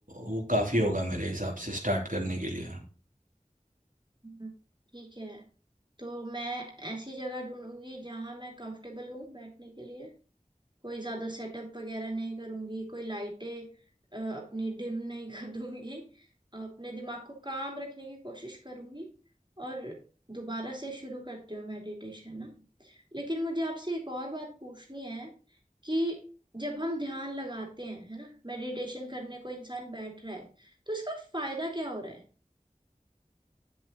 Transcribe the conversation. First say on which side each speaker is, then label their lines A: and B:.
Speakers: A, on the right; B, on the right.
A: वो काफ़ी होगा मेरे हिसाब से स्टार्ट करने के लिए
B: हम्म, ठीक है तो मैं ऐसी जगह ढूंढूंगी जहां मैं कंफर्टेबल हूं बैठने के लिए कोई ज्यादा सेटअप वगैरह नहीं करूंगी कोई लाइटें अ, अपनी डिम नहीं <laughs> कर दूंगी अपने दिमाग को काम रखने की कोशिश करूंगी और दोबारा से शुरू करती हूँ मेडिटेशन ना लेकिन मुझे आपसे एक और बात पूछनी है कि जब हम ध्यान लगाते हैं है ना मेडिटेशन करने को इंसान बैठ रहा है तो इसका फायदा क्या हो रहा है